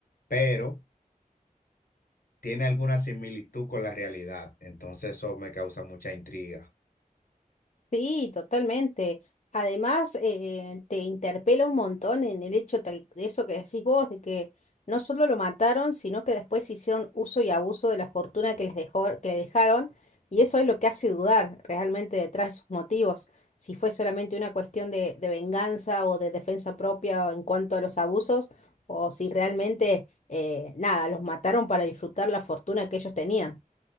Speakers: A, on the left; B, on the left.
A: pero tiene alguna similitud con la realidad, entonces eso me causa mucha intriga.
B: Sí, totalmente. Además, eh, te interpela un montón en el hecho tal- de eso que decís vos, de que no solo lo mataron, sino que después hicieron uso y abuso de la fortuna que les dejó, que le dejaron, y eso es lo que hace dudar realmente detrás de sus motivos, si fue solamente una cuestión de, de venganza o de defensa propia en cuanto a los abusos, o si realmente, eh, nada, los mataron para disfrutar la fortuna que ellos tenían.